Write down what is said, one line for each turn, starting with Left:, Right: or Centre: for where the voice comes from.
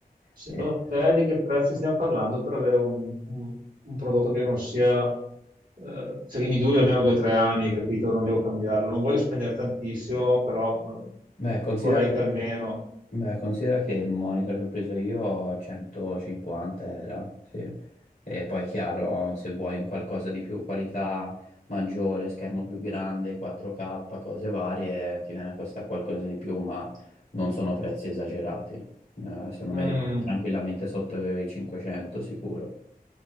Right: Secondo
Left: E-
Right: te di che prezzi stiamo parlando per avere un, un- un prodotto che non sia, eh, cioè che mi duri almeno due o tre anni, capito? Non devo cambiarlo. Non voglio spendere tantissimo, però eh,
Left: Beh, considera
Right: vorrei
Left: che
Right: che almeno...
Left: Beh, considera che il monitor che ho preso io 150 era, sì. E poi chiaro, se vuoi un qualcosa di più, qualità maggiore, schermo più grande, 4K, cose varie, ti viene a costare qualcosa di più, ma non sono prezzi esagerati. Eh, secondo
Right: Mm,
Left: me rimani tranquillamente sotto i 500 sicuro.